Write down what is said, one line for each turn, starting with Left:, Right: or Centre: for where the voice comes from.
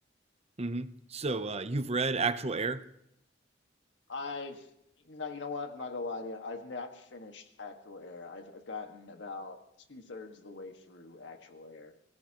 Right: hmm So uh, you've read Actual Air?
Left: I've no, you know what? I'm not gonna lie to you. I've not finished Actual Air. I've I've gotten about two thirds of the way through Actual Air.